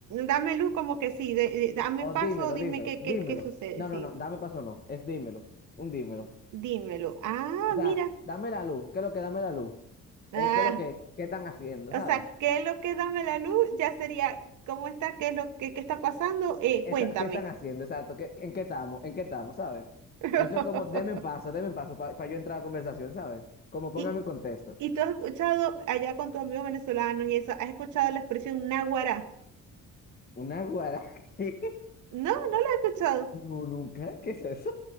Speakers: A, on the right; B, on the left.
A: Dame luz como que sí, de- de- dame paso,
B: O dímelo,
A: dime
B: dímelo,
A: qué,
B: dímelo.
A: qué, qué sucede,
B: No,
A: sí,
B: no, no, dame paso, no. Es dímelo, un dímelo.
A: dímelo. Ah,
B: O sea,
A: mira,
B: dame la luz. ¿Qué es lo que? Dame la luz.
A: ah,
B: Eh, ¿qué es lo que? ¿Qué están haciendo?
A: o
B: ¿Sabes?
A: sea, ¿qué es lo que dame la luz? Ya sería, ¿cómo está? ¿Qué es lo que qué está pasando? Eh,
B: Esa-
A: cuéntame.
B: ¿qué están haciendo? Exacto, ¿qué- ¿en qué estamos? ¿En qué estamos? ¿Sabes?
A: <laughs>
B: Eso es como, denme en paso, denme en paso para yo entrar a la conversación, ¿sabes? Como póngame
A: Y,
B: en contexto.
A: y tú has escuchado allá con tus amigos venezolanos y eso, ¿has escuchado la expresión náguara?
B: ¿Una guara? <laughs> ¿Qué?
A: No, no la he escuchado.
B: No, nunca. ¿Qué es eso?